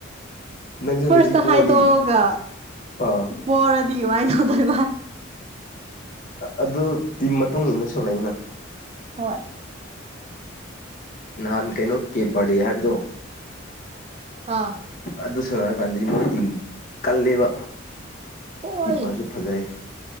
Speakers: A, on the left; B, on the right.
A: ꯅꯪꯁꯨ
B: ꯐꯔꯁ
A: ꯉꯁꯤ ꯄꯣꯔꯗꯤ
B: ꯍꯥꯏꯥꯏꯗꯒ
A: ꯑꯥ
B: ꯄꯣꯔꯗꯤ ꯋꯥꯏ ꯇꯧꯗꯣꯏꯕ
A: ꯑꯗꯨꯗꯤ ꯃꯇꯨꯡ ꯏꯟꯅꯁꯨ ꯂꯩꯅ
B: ꯍꯣꯏ
A: ꯅꯍꯥꯟ ꯀꯩꯅꯣ ꯀꯦ ꯕꯥꯔꯗꯦ ꯍꯥꯏꯕꯗꯣ
B: ꯑꯥ
A: ꯑꯗꯨ ꯁꯥꯟꯅ ꯍꯥꯏꯔꯀꯥꯟꯗꯗꯤ ꯃꯣꯏ ꯇꯤꯝ ꯀꯜꯂꯦꯕ
B: ꯍꯣꯏ
A: ꯀꯤꯞꯄꯔꯁꯨ ꯐꯖꯩ